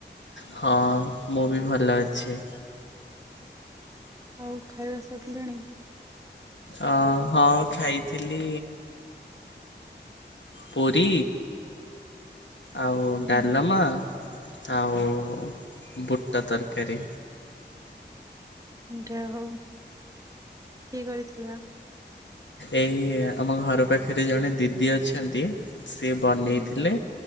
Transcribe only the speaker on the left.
ହଁ ମୁଁ ବି ଭଲ ଅଛି।
ଅ ହଁ ଖାଇଥିଲି ପୁରୀ ଆଉ
ଡାଲମା ଆଉ ବୁଟ ତରକାରୀ।
ଏଇ ଆମ ଘର ପାଖରେ ଜଣେ ଦିଦି ଅଛନ୍ତି। ସେ ବନେଇଥିଲେ।